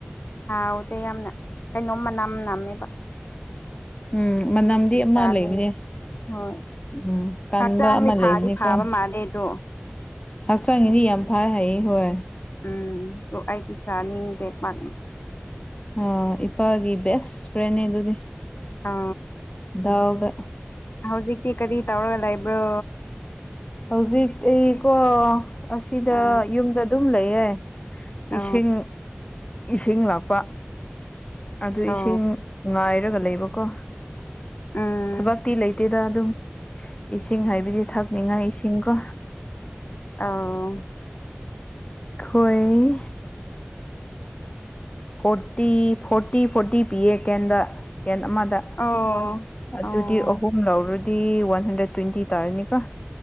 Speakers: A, on the left; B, on the left.
A: ꯍꯥꯎ ꯎꯗ ꯌꯥꯝꯅ ꯀꯩꯅꯣꯝ ꯃꯅꯥꯝ ꯅꯅꯥꯝꯃꯦꯕ
B: ꯎꯝ ꯃꯅꯝꯗꯤ
A: ꯇꯀꯤ
B: ꯑꯃ
A: ꯆꯅꯤꯗ
B: ꯂꯩꯕꯅꯦ
A: ꯑꯣ
B: ꯎꯝ ꯀꯟꯕ
A: ꯍꯛꯆꯥꯡꯗꯤ
B: ꯑꯃ
A: ꯐꯥꯗꯤ
B: ꯂꯩꯕꯅꯤꯀꯣ
A: ꯐꯥꯕ ꯃꯥꯜꯂꯦ ꯑꯗꯣ
B: ꯍꯛꯆꯥꯡꯒꯤꯗꯤ ꯌꯥꯝ ꯐꯩ ꯍꯥꯏꯌꯦ ꯍꯣꯏ
A: ꯎꯝꯣ ꯑꯩꯗꯤ ꯆꯥꯅꯤꯡꯗꯦ ꯄꯥꯛ
B: ꯑ ꯏꯄꯥꯒꯤ ꯕꯦꯁ ꯐ꯭ꯔꯦꯦ ꯑꯗꯨꯗꯤ
A: ꯑ
B: ꯗꯥꯎꯒ
A: ꯍꯧꯖꯤꯛꯇꯤ ꯀꯔꯤ ꯇꯧꯔꯒ ꯂꯩꯕ꯭ꯔꯣ
B: ꯍꯧꯖꯤꯛ ꯑꯩꯀꯣ ꯑꯁꯤꯗ
A: ꯑ
B: ꯌꯨꯝꯗ ꯑꯗꯨꯝ ꯂꯩꯌꯦ
A: ꯑ
B: ꯏꯁꯤꯡ ꯏꯁꯤꯡ ꯂꯥꯞꯄ ꯑꯗꯨ
A: ꯑ
B: ꯏꯁꯤꯡ ꯉꯥꯏꯔꯒ ꯂꯩꯕꯀꯣ
A: ꯎꯝ
B: ꯊꯕꯛꯇꯤ ꯂꯩꯇꯦꯗ ꯑꯗꯨꯝ ꯏꯁꯤꯡ ꯍꯥꯏꯕꯗꯤ ꯊꯛꯅꯤꯡꯉꯥꯏ ꯏꯁꯤꯡꯀꯣ
A: ꯑꯥ
B: ꯑꯩꯣꯏ ꯐꯣꯔꯇꯤ ꯐꯣꯔꯇꯤ ꯐꯣꯔꯇꯤ ꯄꯤ ꯑꯦ ꯀꯦꯟꯗ ꯀꯦꯟ ꯑꯃꯗ
A: ꯑꯧ
B: ꯑꯗꯨꯗꯤ
A: ꯑꯧ
B: ꯑꯍꯨꯝ ꯂꯧꯔꯨ ꯗꯤ ꯋꯥꯟ ꯍꯟꯗ꯭ꯔꯦꯠ ꯇ꯭ꯋꯦꯟꯇꯤ ꯇꯥꯔꯅꯤ ꯀ